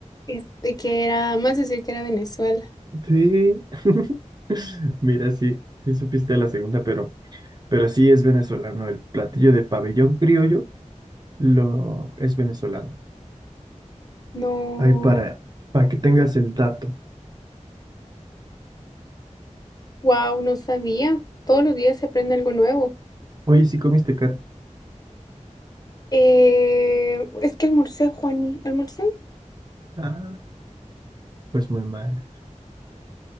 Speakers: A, on the left; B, on the right.
A: este, que era, más decir que era Venezuela.
B: Sí. <laughs> Mira, sí, sí supiste la segunda, pero, pero sí es venezolano. El platillo de pabellón criollo lo es venezolano.
A: No,
B: Ahí para, para que tengas el dato.
A: wow, no sabía. Todos los días se aprende algo nuevo.
B: Oye, si comiste cat.
A: Eh, es que almorcé, Juani, almorcé.
B: Ah, pues muy mal.